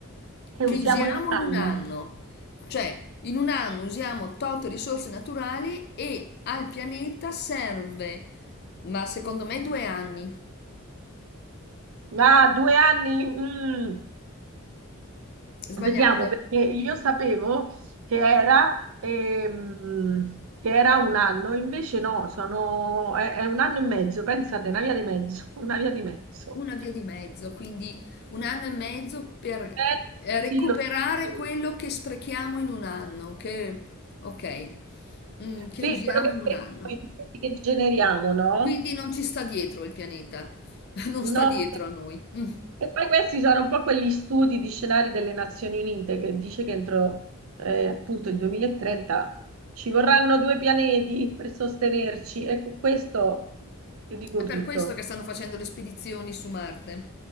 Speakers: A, on the right (about 65°); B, on the left (about 50°).
A: Che
B: che
A: usiamo
B: usiamo
A: in un anno?
B: in un anno. Cioè, in un anno usiamo tot risorse naturali e al pianeta serve, ma secondo me due anni.
A: Ah, due anni? Mm.
B: Sbagliate?
A: Vediamo, perché io sapevo che era, ehm, che era un anno, invece no, sono, è, è un anno e mezzo, pensate, una via di mezzo, <laughs> una via di mezzo.
B: una via di mezzo, quindi un anno e mezzo per
A: Eh,
B: eh,
A: così
B: recuperare
A: lo- so.
B: quello che sprechiamo in un anno, che, ok, mm, che
A: Sì,
B: usiamo
A: quello
B: in un
A: che,
B: anno.
A: che generiamo, no?
B: Quindi non ci sta dietro il pianeta, <laughs> non sta
A: No,
B: dietro a noi. Mm.
A: E poi questi sono un po' quegli studi di scenari delle Nazioni Unite che dice che entro eh, appunto il 2030 ci vorranno due pianeti per sostenerci. Ecco, questo ti dico
B: È per
A: tutto.
B: questo che stanno facendo le spedizioni su Marte.